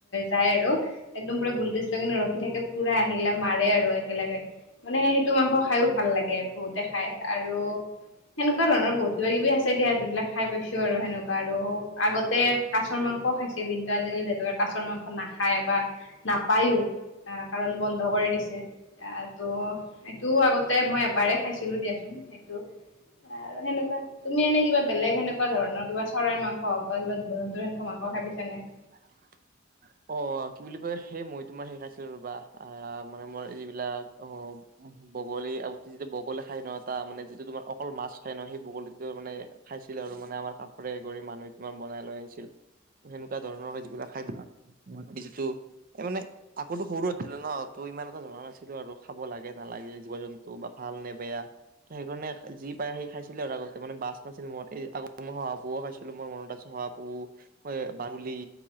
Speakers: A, on the left (about 65°); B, on the right (about 45°).
A: যায় আৰু একদম পুৰা গুলটিজ লৈ কিনে ৰখি থাকে পুৰা আহিলে মাৰ আৰু একেলগে মানে সেইটো মাংস খাইও ভাল লাগে বহুতে খাই আৰু সেনেকুৱা ধৰণৰ বহুত কিবা কিবি আছে দিয়া যিবিলাক খাই পাইছো আৰু সেনেকুৱা আৰু আগতে কাছ মাংসও খাইছিল কিন্তু আজিকালি জাতুকে কাছৰ মাংস নাখায় খাই বা নাপায়ো আহ কাৰণ বন্ধ কৰি দিছে আহ ত' সেইটো আগতে মই এবাৰেই খাইছিলো দিয়াচোন সেইটো আৰু সেনেকুৱা তুমি এনে কিবা বেলেগ এনেকুৱা ধৰণৰ কিবা চৰাইৰ মাংস হওক বা কিবা জীৱ জন্তুৰ সেনেকুৱা মাংস খাই পাইছা নে নাই
B: <inaudible> অ কি বুলি কয় সেই মই তোমাৰ সেইখাইছিলো ৰ'বা আহ মানে মোৰ যিবিলাক অ বগলী আৰু যিটো বগলী খাই ন এটা মানে যিটো তোমাৰ অকল মাছ খাই ন সেই বগলীতো মানে খাইছিল আৰু মানে আমাৰ কাষৰে এগৰাকী মানুহ বনাই লৈ আহিছিল সেনেকুৱা ধৰণৰ যিবিলাক খায় যিটো মানে আগতে সৰু আছিলো ন ত ইমান এটা ভবা নাছিলো আৰু খাব লাগে নালাগে জীৱ জন্তু বা ভাল নে বেয়া সেইকাৰণে যি পায় সি খাইছিলো আৰু আগতে মানে বাছ নাছিল মই এই আগতে মই শহাপহুও খাইছিলো মোৰ মনত আছে শহাপহু মই বাদূলি